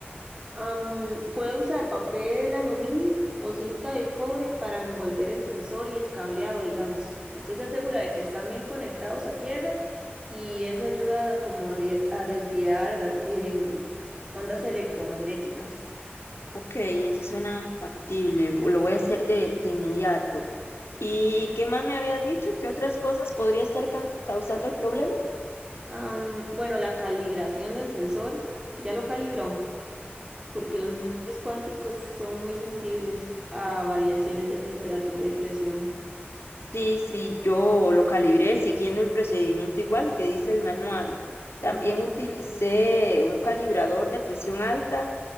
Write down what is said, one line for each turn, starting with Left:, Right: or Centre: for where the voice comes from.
Right: Am, puede usar papel aluminio o cinta de cobre para envolver el sensor y el cableado, digamos. Usted se asegura de que están bien conectados a tierra y eso ayuda a como a, die- a desviar em, ondas electromagnéticas.
Left: Ok, eso suena factible, lo voy a hacer de, de inmediato. ¿Y qué más me había dicho? ¿Qué otras cosas podría estar can- causando el problema?
Right: Am, bueno, la calibración del sensor, ya lo calibró, porque
Left: Mm,
Right: los sensores cuánticos son muy sensibles a variaciones de temperatura y presión.
Left: Sí, sí, yo lo calibré siguiendo el procedimiento igual que dice el manual. También
Right: Mm,
Left: utilicé un calibrador de presión alta,